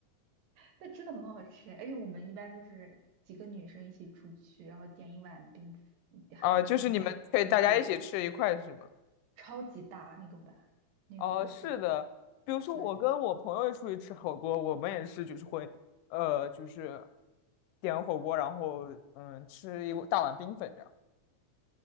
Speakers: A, on the right (about 70°); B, on the left (about 90°).
A: 但真的很好吃，而且我们一般就是几个女生一起出去，然后点一碗冰，
B: <laughs>
A: 嗯还那个啥冰淇淋。
B: 啊，就是你们可以大家一起吃一块是吗？
A: 超级大那个碗，那个冰淇淋。
B: 哦，是的，比如说我跟我朋友出去吃火锅，
A: 对，
B: 我们也是就是会，呃，就是点火锅，然后嗯，吃一大碗冰粉这样。